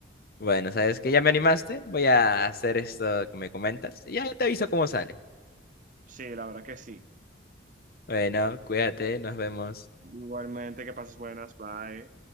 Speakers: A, on the left (about 50°); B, on the right (about 40°).
A: Bueno, ¿sabes que Ya me animaste. Voy a hacer esto que me comentas y ya te aviso cómo sale.
B: Sí, la verdad que sí.
A: Bueno, cuídate, nos vemos.
B: Igualmente, que pases buenas, bye.